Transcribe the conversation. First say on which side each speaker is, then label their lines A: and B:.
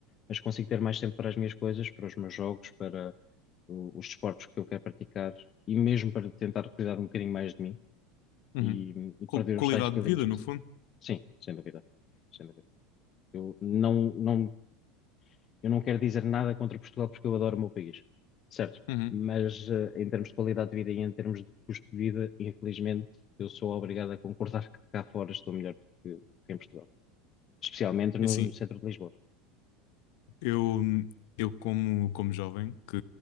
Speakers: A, on the left; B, on the left.
A: mas consigo ter mais tempo para as minhas coisas, para os meus jogos, para o- os desportos que eu quero praticar e mesmo para tentar cuidar um bocadinho mais de mim
B: uhum.
A: e, e
B: Qual-
A: perder
B: Qualidade
A: os tais quilinhos.
B: de vida, no fundo.
A: Sim, sem dúvida. Sem dúvida. Eu não, não Eu não quero dizer nada contra Portugal porque eu adoro o meu país, certo?
B: Uhum.
A: Mas eh, em termos de qualidade de vida e em termos de custo de vida, infelizmente, eu sou obrigado a concordar que cá fora estou melhor do que, que em Portugal, especialmente no,
B: É Assim,
A: no centro de Lisboa.
B: eu, eu como, como jovem, que